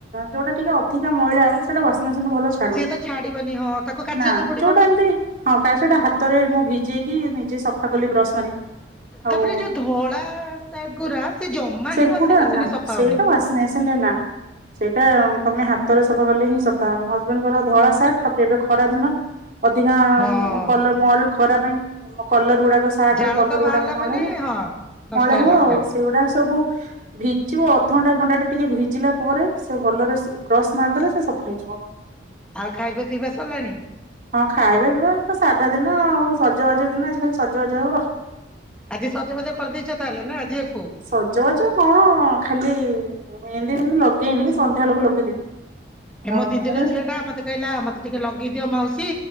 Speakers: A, on the right (about 45°); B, in the centre.
A: ଯୋଉଟା ଟିକେ ଅଧିକା ମଇଳା ସେଟା ୱାଂ ମେସିନରେ ଭଲ ଛାଡୁନି
B: ସିଏ ତ ଛାଡିବନି ହଁ ତାକୁ କାଚିବାକୁ
A: ନା
B: ପଡିବ।
A: ଯୋଉ ଟା ଏମନ୍ତି ହଁ କାଳି ସେଟା ହାତରେ ମୁଁ ଭିଜେଇକି ନିଜେ ସଫା କଲି ବ୍ରସ୍ ମାରିକି ଆଉ
B: ତାପରେ ଯୋଉ ଧଳା ସାର୍ଟ ଗୁରା ସେ ଜମା
A: ସେ
B: ହିଁ ୱାସିଂ
A: ଗୁଡା
B: ମେସିନରେ
A: ଆ <inaudible> ନା
B: ସଫା
A: ସେଇଟା
B: ହଉନି।
A: ବସନାେଶଟ ନା ସେଇଟା ତମେ ହାତରେ ସଫା କଲେ ହିଁ ସଫା ହବ ମୋ ହଜବେଣ୍ଡଙ୍କ ଧଳା ସାର୍ଟ ତାପରେ ଏବେ ଖରା ଦିନ। ଅଧିକା
B: ହଁ
A: କଲର ମଳ ଖରା ପାଇଁ କଲର ଗୁଡାକ ସାର୍ଟ
B: ଝାଳ
A: ର କଲର
B: ତ ବାହାରିଲା
A: ଗୁଡାକ ମଇଳା
B: ମାନେ ହଁ ନଷ୍ଟ
A: ମଇଳା
B: ହେଲା
A: ହବ ଆଉ
B: ସାର୍ଟ।
A: ସେଗୁଡାକ ସବୁ ଭିଜୀବ ଅଧଘଣ୍ଟେ ଘଣ୍ଟା ଟେ ଟିକେ ଭିଜିଲା ପରେ ସେ ଭଲରେ ଶୁ ବ୍ରସ୍ ମାରିଦେଲେ ସେ ସଫା ହେଇଯିବ।
B: ଆଉ ଖାଇବା ପିଇବା ସରିଲାଣି।
A: ହଁ ଖାଇବା ପିଇବା ଆଜି ତ ସାଧା ଦିନ ଆଉ ସଜବାଜ ଦିନ ଆଜିିଖାଲି ସଜବାଜ ହବ।
B: ଆଜି ସଜବାଜ କରିଦେଇଚ ତାହାଲେ ନା ଝିଅ କୁ।
A: ସଜବାଜ କଣ ଖାଲି ମେହେଁଦି ଫେହେଁଦି ଲଗେଇନି ସନ୍ଧ୍ୟାବେଳକୁ ଲଗେଇଦେବି।
B: ଏ
A: ଆଉ
B: ମୋ ଦିଦିର
A: ମୁଁ କହିଲି
B: ଝିଅ ଟା ମତେ କହିଲା ମତେ ଟିକେ ଲଗେଇ ଦିଅ ମାଉସି